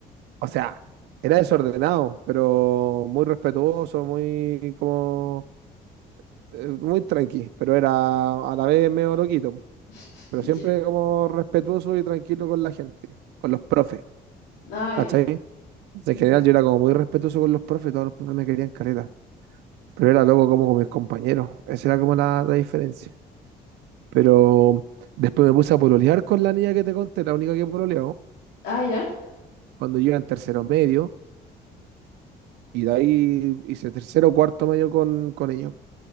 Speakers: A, on the right; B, on the left.
A: O sea, era desordenado, pero muy respetuoso, muy como eh, muy tranqui, pero era a la vez medio loquito, po.
B: <laughs>
A: pero siempre
B: Ya.
A: como respetuoso y tranquilo con la gente, con los profes,
B: Ah, ya.
A: ¿cachai? En
B: Ujú.
A: general yo era como muy respetuoso con los profes, todos los profes me querían caleta, pero era loco como con mis compañeros, esa era como la, la diferencia. Pero después me puse a pololear con la niña que te conté, la única que pololeó,
B: Ah, ya,
A: cuando yo iba en tercero medio, y de ahí hice tercero cuarto medio con, con ella.